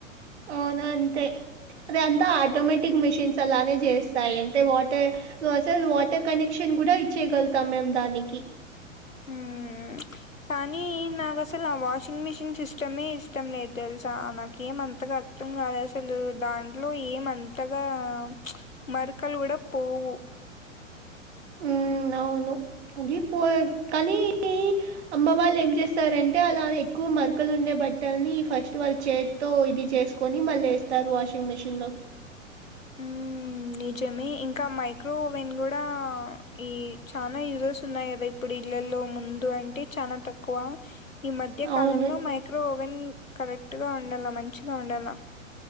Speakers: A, on the right (about 55°); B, on the left (about 80°).
A: ఔను అంతే అది అంతా ఆటోమేటిక్ మిషిన్స్ అలానే చేస్తాయి అంటే వాటర్ అసలు వాటర్ కనెక్షన్ కూడా ఇచ్చేగలుతాం మేం దానికి
B: ఉమ్ ప్చ్ కానీ నాకసల్ ఆ వాషింగ్ మిషిన్ సిస్టమే ఇష్టం లేదు తెల్సా నాకేం అంతగా అర్డం గాదసలు దాంట్లో ఏమంతగా ప్చ్ మర్కలు కూడా పోవు
A: ఉమ్ అవును అదీ పోయే కానీ అమ్మ వాళ్లేంచేస్తారంటే అలా ఎక్కువ మర్కలు ఉండే బట్టల్ని ఫస్ట్ వాళ్ళు చేత్ త్తో ఇది చేస్కొని మల్లేస్తారు వాషింగ్ మిషిన్ లోకి
B: ఉమ్ నిజమే ఇంకా మైక్రోఓవెన్ గూడా ఈ చానా యూజెస్ ఉన్నాయి కదా ఇప్పుడు ఇళ్లలో ముందు అంటే చానా తక్కువ ఈ మధ్య
A: అవును.
B: కాలంలో మా క్రో ఓవెన్ కరెక్ట్ గా ఉండల్ల మంచిగా ఉండల్ల